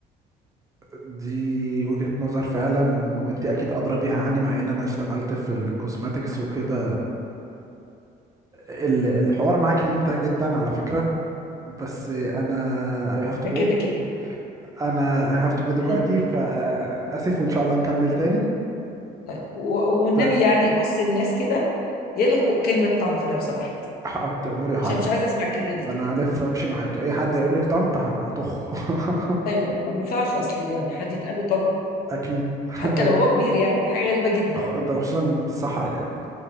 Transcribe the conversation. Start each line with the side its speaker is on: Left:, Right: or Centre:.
Right: دي وجهة نظر فعلا وانت اكيد ادرى بيها عني مع ان انا اشتغلت في الكوزماتكس وكده ال- الحوار معاكي ممتع جدا على فكرة بس انا I have
Left: ده
Right: to
Left: كده
Right: go
Left: كده
Right: انا I have to go دلوقتي
Left: <laughs>
Right: فاسف وان شاء الله نكمل تاني
Left: طيب و- والنبي
Right: ف-
Left: يعني بص الناس كده يلغوا كلمة طنط لو سمحت
Right: حققت اموري حاضر
Left: عشان مش عايزة اسمع الكلمة
Right: انا
Left: دي تاني
Right: هلف امشي معاك اي حد هيقول لك طنط هطخ <laughs>
Left: ايوه ما ينفعش اصلي يعني حد يتقال له طب
Right: اكيد
Left: حتى
Right: أكيد.
Left: لو هو كبير يعني حاجة غريبة جدا
Right: ده خصوصا صح يعني